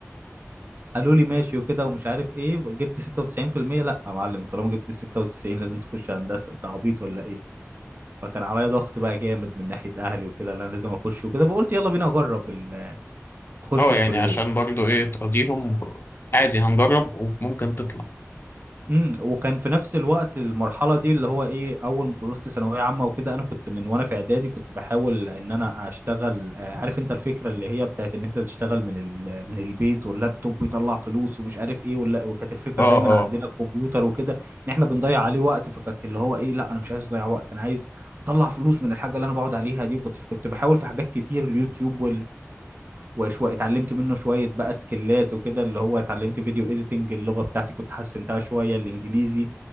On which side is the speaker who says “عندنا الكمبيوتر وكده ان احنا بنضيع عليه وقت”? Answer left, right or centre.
Right